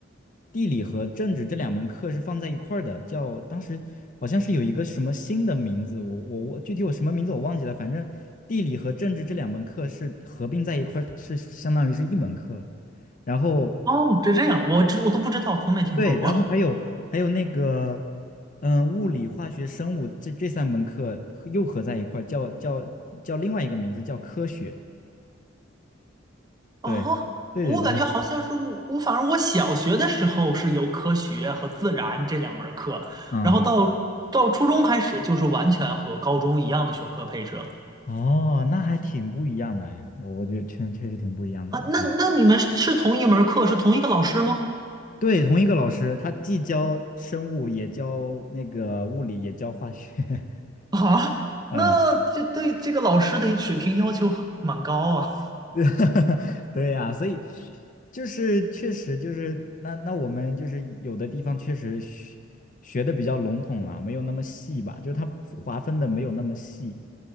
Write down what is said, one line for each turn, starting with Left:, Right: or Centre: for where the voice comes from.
Left: 地理和政治这两门课是放在一块儿的，叫当时好像是有一个什么新的名字，我我我具体我什么名字我忘记了，反正地理和政治这两门课是合并在一块儿，是相当于是一门课。然后
Right: 哦，这这样，我知我都不知道，从没听说过
Left: 对，然后还有还有那个，嗯，物理、化学、生物这这三门课合又合在一块儿，叫叫叫另外一个名字叫科学。
Right: 啊。
Left: 对，对对对，
Right: 我感觉好像是我，我反正我小学的时候是有科学和自然这两门儿课，
Left: 嗯，
Right: 然后到到初中开始就是完全和高中一样的学科配置了
Left: 哦，那还挺不一样的哎，我觉得确确实挺不一样的。
Right: 啊。那那你们是同一门儿课，
Left: 嗯，
Right: 是同一个老师吗？
Left: 对，同一个老师，他既教生物，也教那个物理，也教化学。<laughs>
Right: 啊，
Left: 嗯，
Right: 那这对这个老师的水平要求蛮高啊。
Left: <laughs> 对呀，所以就是确实就是那那我们就是有的地方确实学学的比较笼统了，没有那么细吧，就是它划分的没有那么细，